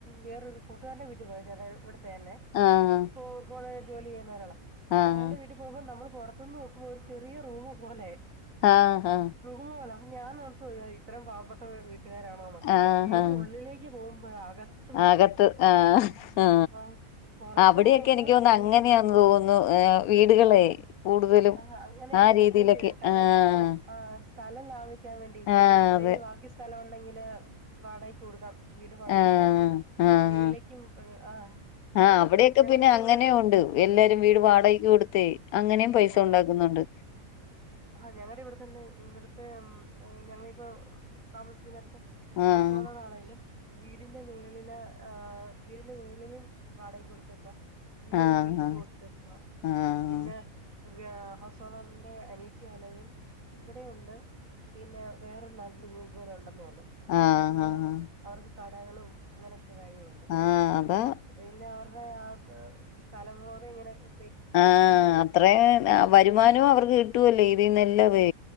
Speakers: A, on the right (about 65°); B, on the left (about 80°).
A: വേറൊരു കൂട്ടുകാരന്റെ വീട്ടി പോയതാ ഇവിടത്തെന്നെ
B: ആഹ്
A: ഇപ്പോ പോളോയിൽ ജോലിയ്യുന്നൊരാളാ
B: ആഹ്
A: അവന്റെ വിട്ടി പോകുമ്പോ നമ്മൾ പൊറത്ത് നോക്കുമ്പോ ഒരു ചെറിയ റൂമ് പോലെ
B: ആഹ് ഹാ
A: റുമ് പോലെ അപ്പം ഞാനോർത്തു പോയി അയ്യോ ഇത്രേം പാവപ്പെട്ട വീട്ടുകാരാണോന്ന് മ്
B: ആഹ്
A: കേറി
B: ആഹ്
A: ഉള്ളിലേക്ക് പോകുമ്പഴകത്ത്
B: അകത്ത് ആ ആ
A: ആഹ് പുറത്തും
B: അവിടെയൊക്കെ
A: നോക്കുമ്പോ
B: എനിക്ക് തോന്ന്ണു
A: ചെറിയത്
B: അങ്ങനെയാ തോന്നുന്നു വീടുകളെ കൂടുതലും
A: ആഹ് അങ്ങനെയാ
B: ആ
A: ടിസൈൻ
B: രീതിയിലൊക്കെ
A: ചെയ്തെ കാരണം
B: ആഹ്
A: ആ സ്ഥലം ലാഭിക്കാൻ വേണ്ടി
B: ആഹ്
A: അത്
B: അതെ
A: കഴിഞ്ഞ് ബാക്കി സ്ഥലവുണ്ടെങ്കില് വാടകക്ക് കൊടുക്കാം വീട് പണിത്തിട്ട്
B: ആഹ് ആഹ്
A: മേള്ലേക്കും ആ ഞങ്ങടിപ്പെ
B: ആഹ് അവിടെയൊക്കെ
A: ഞങ്ങളിപ്പോ
B: പിന്നെ അങ്ങനെ
A: ഇവിടെ
B: ഉണ്ട് എല്ലാരും വീട് വാടകക്ക്
A: ആഹ്
B: കൊടുത്തെ അങ്ങനേം പൈസ
A: ആഹ്
B: ഉണ്ടാക്കുന്നുണ്ട്
A: ആഹ് ഞങ്ങടെ ഇവിടെത്തന്നെ ഇവിടുത്തെ ഞങ്ങളിപ്പോ താമസിക്കുന്നട്ത്ത് ഹൗസ്
B: ആഹ്
A: ഓണറാണേലും വീടിന്റെ മേളില് ഏഹ് വീടിന്റെ മേളിലും വാടകക്ക് കൊടുത്തേക്കുവാ. ഈയൊരു
B: ആഹ്
A: ബിൽഡിങ് കൊടുത്തേക്കുവാ
B: ആഹ്
A: പിന്നെ ഹൗസ് ഓണറിന്റെ അനിയ ത്തി ആണേലും ഇവിടെയുണ്ട് പിന്നെ വേറൊരു നാട്ടിലിത്പോലെ ഉണ്ടെന്ന് പറഞ്ഞു. പിന്നെ
B: ആഹ്
A: അതുപോലെ തന്നെ
B: ആഹ്
A: അവർക്ക് കടകളും അങ്ങനെയൊക്കെ കാര്യങ്ങളുണ്ട്.
B: ആഹ് അതെ
A: അത് പിന്നെ അവരുടെ ആ തലമുറ യിങ്ങനെയൊക്കെ
B: ആഹ് അത്രേം വരുമാനവും അവർക്ക് കിട്ടുവല്ലേ ഇതിന്നെല്ലാം വേ